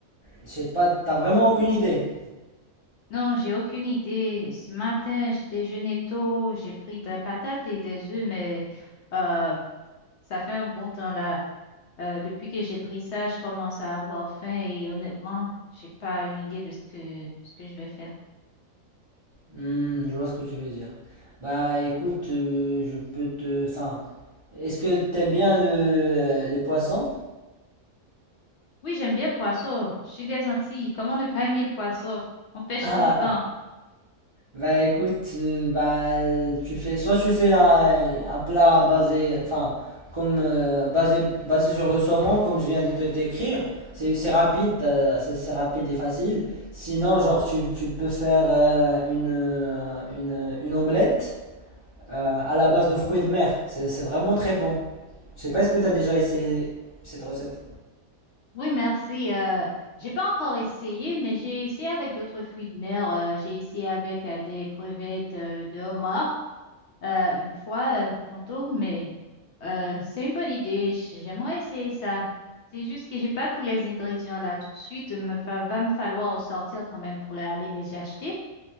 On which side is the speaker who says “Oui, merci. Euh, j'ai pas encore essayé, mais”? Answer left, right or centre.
Left